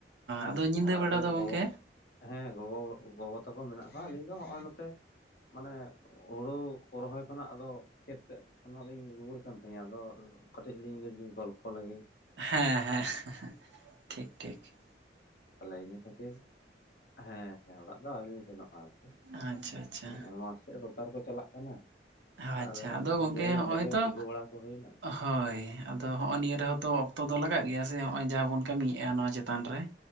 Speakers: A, on the left; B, on the right.
A: ᱦᱮᱸ
B: ᱟᱫᱚ ᱧᱤᱫᱟᱹ
A: ᱚᱲᱟᱜ
B: ᱵᱮᱲᱟ
A: ᱨᱮ
B: ᱫᱚ ᱜᱚᱝᱠᱮ
A: ᱜᱚᱜᱚ ᱦᱮᱸ ᱜᱚᱜᱚ ᱜᱚᱜᱚ ᱛᱟᱠᱚ ᱢᱮᱱᱟᱜ ᱠᱚᱣᱟ ᱟᱞᱤᱧ ᱫᱚ ᱦᱚᱜᱼᱚᱭ ᱱᱚᱛᱮ ᱢᱟᱱᱮ ᱦᱳᱲᱳ ᱨᱚᱦᱚᱭ ᱠᱷᱚᱱᱟᱜ ᱟᱫᱚ ᱠᱷᱮᱛ ᱥᱮᱫ ᱠᱷᱚᱱᱟᱜ ᱞᱤᱧ ᱨᱩᱣᱟᱹᱲ ᱠᱟᱱ ᱛᱟᱦᱮᱸᱜ ᱟᱫᱚ ᱠᱟᱹᱴᱤᱡ ᱞᱤᱧ ᱞᱮᱭᱤᱧ ᱜᱚᱞᱯᱚ ᱞᱮᱜᱮ ᱾
B: ᱦᱮᱸ ᱦᱮᱸ, ᱴᱷᱤᱠ ᱴᱷᱤᱠ ᱾
A: ᱛᱟᱦᱚᱞᱮ ᱤᱱᱟᱹ ᱠᱷᱟᱹᱛᱤᱨ, ᱦᱮᱸ ᱦᱮᱸ ᱚᱲᱟᱜ ᱫᱚ ᱟᱹᱣᱨᱤ ᱞᱤᱧ ᱥᱮᱱᱚᱜᱼᱟ ᱟᱨᱠᱤ
B: ᱟᱪᱪᱷᱟ
A: ᱾
B: ᱟᱪᱪᱷᱟ
A: ᱦᱮᱸ ᱢᱟᱴᱷ ᱥᱮᱜ ᱨᱚᱴᱟᱨ ᱠᱚ ᱪᱟᱞᱟᱜ ᱠᱟᱱᱟ ᱾
B: ᱟᱪᱪᱷᱟ
A: ᱛᱟᱦᱚᱞᱮ
B: ᱟᱫᱚ ᱜᱚᱝᱠᱮ
A: ᱢᱤᱫ ᱜᱷᱟᱹᱲᱤᱡ
B: ᱦᱚᱜᱼᱚᱭ
A: ᱚᱸᱰᱮᱜᱮ
B: ᱛᱚ
A: ᱛᱤᱝᱜᱩ ᱵᱟᱲᱟ ᱠᱚ ᱦᱩᱭᱱᱟ ᱾
B: ᱦᱳᱭ, ᱟᱫᱚ ᱦᱚᱜᱼᱚ ᱱᱤᱭᱟᱹ ᱨᱮᱦᱚᱸ ᱛᱚ ᱚᱠᱛᱚ ᱫᱚ ᱞᱟᱜᱟᱜ ᱜᱮᱭᱟ ᱥᱮ ᱦᱚᱸᱜᱼᱚᱭ ᱡᱟᱦᱟᱸ ᱵᱚᱱ ᱠᱟᱹᱢᱤᱭᱮᱜᱼᱟ ᱱᱚᱣᱟ ᱪᱮᱛᱟᱱ ᱨᱮ ᱾